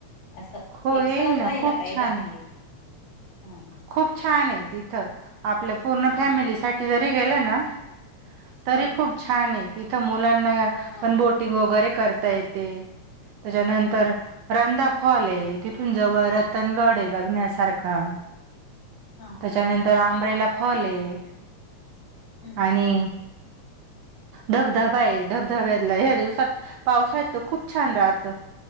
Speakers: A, on the left; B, on the right.
A: असं,
B: हो
A: एक
B: येईल
A: सहल
B: ना
A: व्हायला
B: खूप
A: पाहिजे
B: छान
A: आपली.
B: आहे
A: हम
B: खूप छान आहे तिथं, आपल्या पूर्ण फॅमिली
A: हं,
B: साठी जरी गेलं ना? तरी
A: हो
B: खूप छान आहे तिथं मुलांना
A: हां
B: पण बोटिंग वगैरे करता येते. त्याच्यानंतर
A: हां
B: रंधा फॉल आहे. तिथून जवळ रतनगड
A: हां
B: आहे बघण्यासारखा.
A: हां
B: त्याच्यानंतर
A: हां
B: आंबराईला फॉल आहे
A: हं,
B: आणि.
A: हं.
B: धबधबा आहे धबधब्यातला ह्या दिवसात, पावसाळ्यात खूप छान राहत,